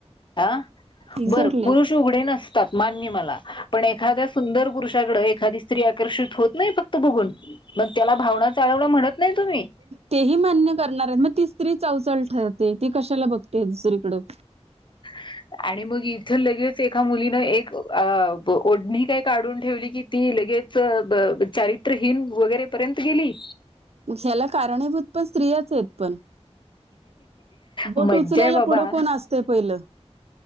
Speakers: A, on the left; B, on the right.
A: हा
B: एक्झॅक्टली
A: बर पुरुष. उगडे नसतात, मान्य आहे मला, पण एखाद्या सुंदर पुरुषाकडे एखादी स्त्री आकर्षित होत नाही फक्त बघून, मग त्याला भावना चाळवण म्हणत नाही तुम्ही.
B: ते ही मान्य करणार आहेत, मग ती स्त्री चवचाल ठरते, ती कशाला बघते दुसरीकडं.
A: <unintelligible> आणि मग इथं लगेच एका मुलीनं, एक ओढणी काही काढून ठेवली की. ती लगेच चारित्रहीन वगैरे पर्यंत गेली.
B: ह्याला कारणीभूत पण स्त्र्रीयाच आहेत पण. बोट
A: मज्जा
B: उचलायला
A: आहे बाबा.
B: पुढं कोण असते पहिलं